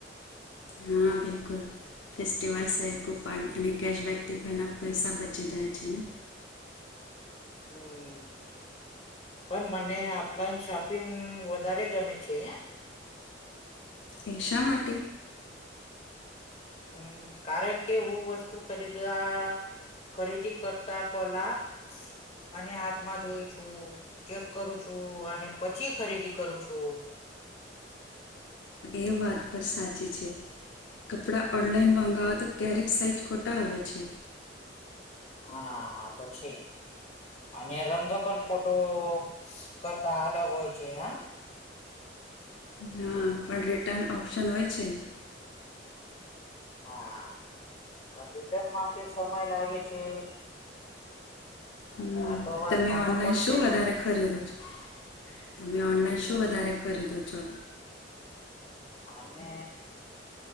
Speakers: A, on the left (about 75°); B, on the left (about 35°).
A: હા બિલકુલ ફેસ્ટિવલ સેલ કૂફાં અને કૅશબેકથી ઘણા પૈસા બચી જાય છે ને
B: હમ પણ મને ઓફલાઈન શોપિંગ વધારે ગમે છે.
A: એ શા માટે
B: હમ કારણ કે હું વસ્તુ ખરીદવા ખરીદી કરતા પલા અને હાથમાં જોયું છું ચેક કરું છું અને પછી ખરીદી કરું છું
A: એ વાત પણ સાચી છે કપડાં ઓનલાઈન મગાવવા તો ક્યારેક સાઈજ ખોટા આવે છે
B: હા હા તો છે અને રંગ પણ ફોટો કરતા અલગ હોય છે હા
A: હા પણ રિટર્ન ઓપ્શન હોય છેને
B: હા પણ રિટર્ન માટે સમય લાગે છે
A: હમ
B: આ તો વાત
A: તમે
B: માનવું
A: ઓનલાઈન
B: પડશે
A: શું વધારે
B: તમને
A: ખરીદો છો તમે ઓનલાઈન
B: હમ
A: શું વધારે ખરીદો છો
B: અને